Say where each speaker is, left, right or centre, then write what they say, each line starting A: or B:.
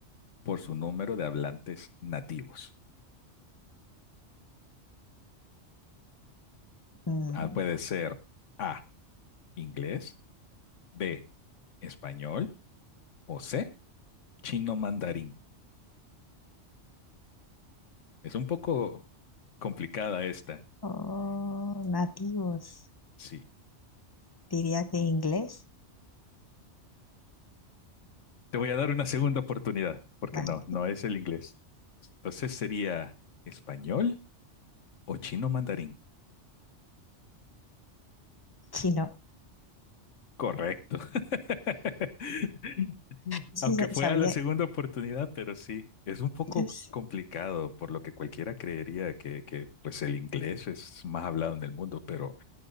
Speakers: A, on the left; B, on the left.
A: por su número de hablantes nativos?
B: Mm,
A: Ah, puede ser A, inglés, B, español o C, chino mandarín. Es un poco complicada esta.
B: oh, nativos,
A: Sí.
B: diría que inglés.
A: Te voy a dar una segunda oportunidad, porque
B: Vale,
A: no, no es el inglés. Entonces sería español o chino mandarín.
B: chino.
A: Correcto. <laughs>
B: Sí,
A: Aunque
B: sa-
A: fue
B: sabía.
A: a la segunda oportunidad, pero sí, es un poco
B: es-
A: complicado, por lo que cualquiera creería que, que, pues el inglés es más hablado en el mundo, pero